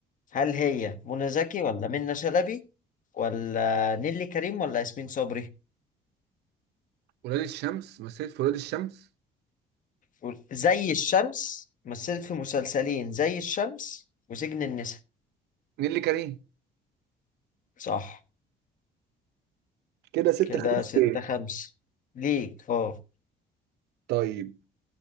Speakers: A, on the left (about 50°); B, on the right (about 80°).
A: هل هي منى زكي ولا منى شلبي ولا نيلي كريم ولا ياسمين صبري
B: ولاد الشمس مثلت في ولاد الشمس
A: قول. زي الشمس مثلت في مسلسلين زي الشمس وسجن النساء
B: نيللي كريم
A: صح
B: كده ستة
A: كده
B: خمسة
A: ستة خمسة ليك اه
B: طيب